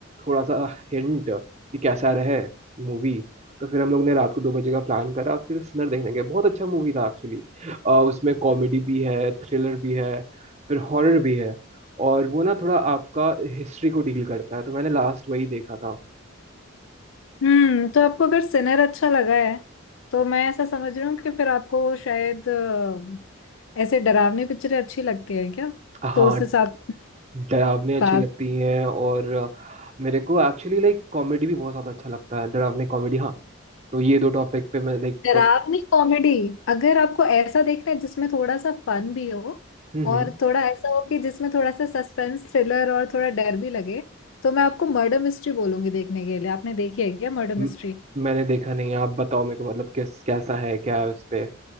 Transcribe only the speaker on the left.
हम्म तो आपको अगर सिनर अच्छा लगा है तो मैं ऐसा समझ रही हूँ कि फिर आपको शायद अ, ऐसे डरावनी पिक्चरें अच्छी लगती है क्या
तो उस
हिसाब से
बात
डरावनी कॉमेडी अगर आपको ऐसा देखना है जिसमें थोड़ा सा फन भी हो
और
थोड़ा ऐसा हो कि जिसमें थोड़ा सा सस्पेंस थ्रिलर और थोड़ा डर भी लगे तो मैं आपको मर्डर मिस्ट्री बोलूंगी देखने के लिए आपने देखी है क्या मर्डर मिस्ट्री